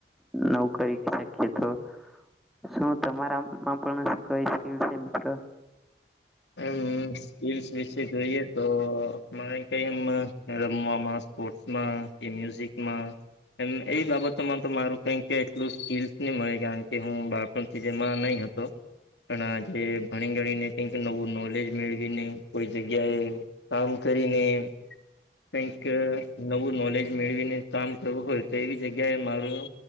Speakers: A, in the centre; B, on the left.
A: નવુ કરી શકીએ તો શું તમારામાં પણ કઈ સ્કીલ છે મિત્ર
B: એમ સ્કિલ્સ વિશે જોઈએ તો મને કઈ એમ રમવામાં સ્પોર્ટસમાં કે મ્યુઝિકમાં એમ એ બાબતોમાં તો મારું કઈક કે એટલું સ્કીલસ નહી મળે કારણ કે હું બાપ પણ થીજ એમાં નહી હતો પણ આજ ભણી ગણીને કઈક નવું નોલેજ મેળવીને કોઈ જગ્યાએ કામ કરીને કઈક નવું નોલેજ મેળવીને કામ કરવું હોય તો એવી જગ્યાએ મારું